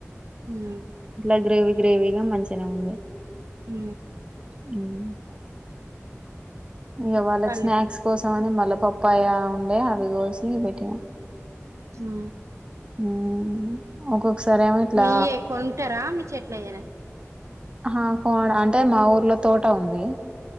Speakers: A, on the right (about 85°); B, on the right (about 20°).
A: ఉమ్
B: ఇట్లా గ్రేవీ. గ్రేవీగా మంచినే ఉంది.
A: ఉ
B: <inaudible> ఇంగ వాళ్ళకి
A: పల్లి
B: స్నాక్స్ కోసం అని, మల్ల పప్పాయ ఉండ్యా అది కోసి పెట్టినా.
A: హు
B: మ్మ్ ఒక్కొక్కసారి ఏమో ఇట్లా
A: మీ ఏ కొంటారా మీ చెట్లయ్యనా.
B: ఆ కోన్డు అంటే మా ఊర్లో తోట ఉంది.